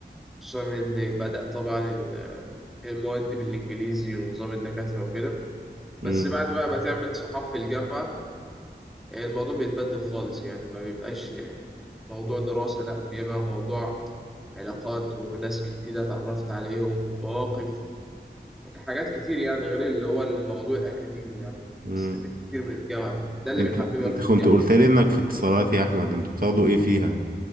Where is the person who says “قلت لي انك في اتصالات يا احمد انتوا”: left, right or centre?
Right